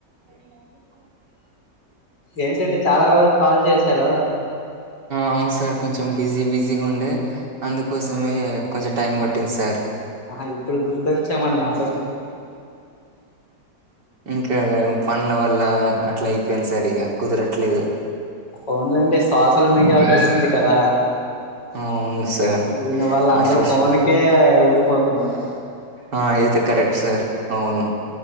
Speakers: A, on the right (about 70°); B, on the left (about 80°).
A: అ
B: ఏంటండి చాలా రోజు కాల్ చేశారు
A: అవును సార్ కొంచెం బిజీ బిజీ గా ఉండే అందుకోసమే కొంచెం టైం పట్టింది సార్
B: ఆహా ఇప్పుడు గుర్తొచ్చా మన మాట
A: ఇంకా పనుల వల్ల అట్లాయి న్ సర్ ఇగా కుదరట్లేదు
B: అవునులేండి సోషల్ మీడియా ఒకటి వస్తుంది కదా
A: అవును సార్
B: దీని వల్ళ
A: ఆ
B: అందరు
A: సోష్
B: ఫోన్కే ఉండిపోతున్నారు
A: ఆ ఇది కరెక్ట్ సార్ అవును